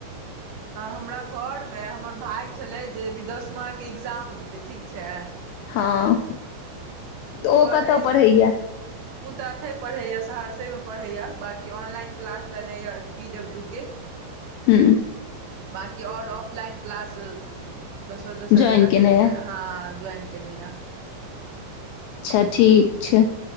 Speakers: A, on the right; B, on the left.
A: हमरा घरमे हमर भाय छलै जे दसमाके एकग्जाम देतै ठीक छै।
B: हँ। ओ
A: पढ़ै
B: कतऽ पढ़ैय।
A: ओ तऽ अते पढ़ैएा सहरसेमे पढ़ैए बाँकी ऑनलाइन क्लास लेनाइ यऽ पी डब्ल्यू के।
B: हँ।
A: बकी आऔर ऑफलाइन क्लास। दसर दसर
B: ज्वाइन
A: जग
B: केने
A: तीन
B: य
A: चार हँ ज्वइ केनया।
B: अच्छा ठीक छै